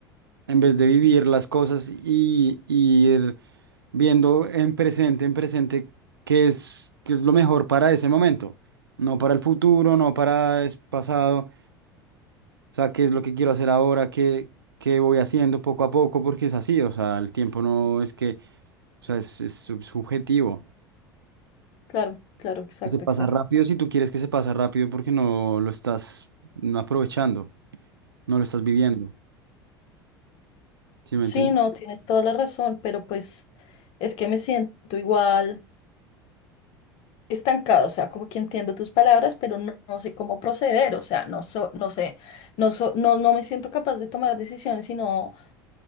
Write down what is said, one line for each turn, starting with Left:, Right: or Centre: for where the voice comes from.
Right: en vez de vivir las cosas y, y ir viendo en presente, en presente, qué es, qué es lo mejor para ese momento, no para el futuro, no para el pasado, o sea, qué es lo que quiero hacer ahora, qué, qué voy haciendo poco a poco, porque es así, o sea, el tiempo no es que, o sea, es, es sub- subjetivo.
Left: Claro, claro, exacto,
Right: Se pasa
Left: exacto.
Right: rápido si tú quieres que se pasa rápido porque no lo estás no aprovechando, no lo estás viviendo, ¿sí me
Left: Sí,
Right: entiendes?
Left: no, tienes toda la razón, pero pues es que me siento igual. estancado, o sea, como que entiendo tus palabras, pero no, no sé cómo proceder, o sea, no, so- no sé, no, so- no, no me siento capaz de tomar decisiones y no,